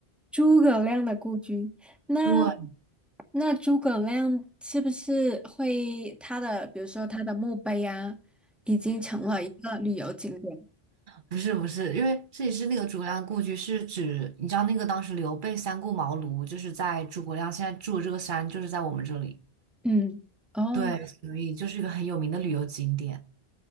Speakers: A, in the centre; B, on the right.
A: 诸葛亮的故居。那
B: 对，
A: 那诸葛亮是不是会他的，比如说他的墓碑啊，已经成了一个旅游景点？
B: 不是不是，因为这里是那个诸葛亮故居是指，你知道那个当时刘备三顾茅庐，就是在诸葛亮现在住的这个山，就是在我们这里。
A: 嗯，哦。
B: 对，所以就是一个很有名的旅游景点。